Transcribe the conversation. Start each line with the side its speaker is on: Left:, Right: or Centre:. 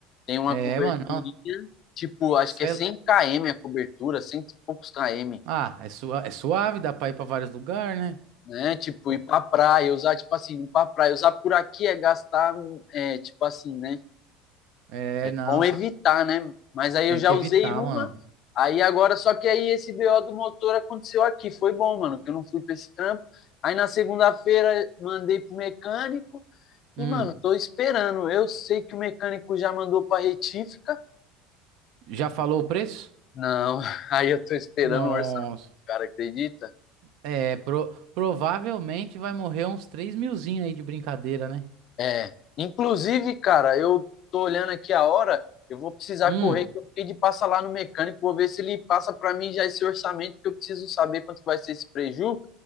Left: Tem uma
Right: é,
Left: coberturinha,
Right: mano, ó,
Left: tipo, acho
Right: cê-
Left: que é 100 km a cobertura, 100 e poucos km,
Right: ah, é, sua, é suave, dá pra ir pra vários lugares, né?
Left: né? Tipo,
Right: Pô,
Left: ir pra praia, usar, tipo assim, ir pra praia, usar por aqui é gastar, é, tipo assim, né?
Right: é, não,
Left: bom
Right: cê
Left: evitar, né? Mas aí
Right: tem
Left: eu já
Right: que
Left: usei
Right: evitar,
Left: uma,
Right: mano.
Left: aí agora, só que aí esse BO do motor aconteceu aqui. Foi bom, mano, que eu não fui pra esse trampo. Aí na segunda-feira mandei pro mecânico
Right: Hum,
Left: e, mano, tô esperando. Eu sei que o mecânico já mandou pra retífica.
Right: já falou o preço?
Left: Não, <laughs> aí eu tô esperando
Right: Nossa,
Left: o orçamento, cara, acredita?
Right: é, pro, provavelmente vai morrer uns 3 milzinho aí de brincadeira, né?
Left: É. Inclusive, cara, eu tô olhando aqui a hora, eu vou precisar
Right: Hum,
Left: correr, que eu fiquei de passar lá no mecânico, vou ver se ele passa para mim já esse orçamento, que eu preciso saber quanto vai ser esse preju.